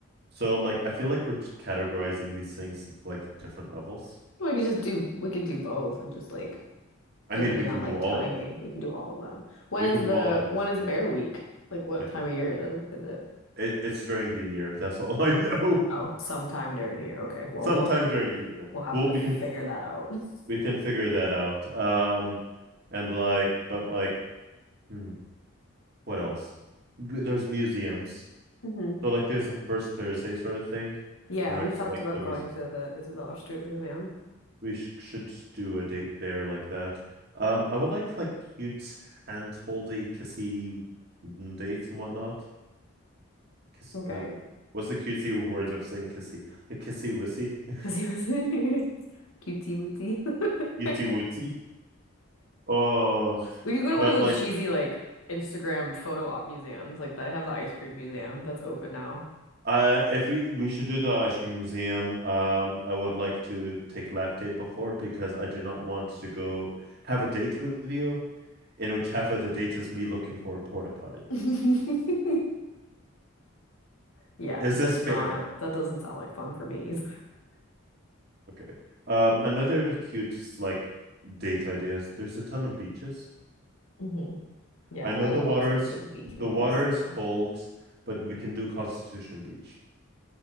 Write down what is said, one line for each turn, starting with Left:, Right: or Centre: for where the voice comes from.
Right: So like I feel like we're just categorizing these things into like different levels.
Left: We could just do we could do both and just like
Right: I
Left: depending
Right: mean, we can
Left: on like
Right: do all.
Left: timing, we can do all of them. When
Right: We
Left: is
Right: can do
Left: the
Right: all of them.
Left: when
Right: Just
Left: is
Right: like
Left: Bear Week? Like what
Right: I don't
Left: time
Right: know.
Left: of year it is is it?
Right: It, it's during the year. That's all I know.
Left: Oh, sometime during the year. Okay.
Right: <laughs>
Left: Well,
Right: Sometime
Left: we'll
Right: during the year.
Left: we'll have
Right: Well,
Left: to
Right: we
Left: figure
Right: can
Left: that out. <laughs>
Right: we can figure that out. Um, and like, but like, hmm, what else? There's museums.
Left: hmm
Right: So like, there's a first Thursday sort of thing,
Left: Yeah,
Right: in which
Left: we've talked
Right: like
Left: about
Right: the
Left: going
Right: muse
Left: to the Isabella Stewart Museum.
Right: we sh should just do a date there like that. Um, I would like like cute hand holdy kissy mm, dates and whatnot. Kiss,
Left: Okay.
Right: uh, what's the cutesy words of saying kissy? Like kissy wissy, <laughs>
Left: Because he was <laughs> cutie wootie. <laughs>
Right: cutesy wootsy. Oh,
Left: We could go to
Right: but
Left: one of those
Right: like,
Left: cheesy like Instagram photo op museums, like they have the ice cream museum that's open now.
Right: uh, if we we should do the ice cream museum, um, I would like to take lactate before because I do not want to go have a date with you in which half of the date is me looking for a porta potty.
Left: <laughs> Yeah,
Right: Is
Left: that's
Right: this fair?
Left: not that doesn't sound like fun for me either.
Right: Okay. Um, another cute like date idea is there's a ton of beaches.
Left: hmm Yeah,
Right: I know
Left: I
Right: the
Left: would
Right: water's
Left: love to go to the beach
Right: the
Left: more
Right: water
Left: this summer.
Right: is cold, but we can do Constitution Beach.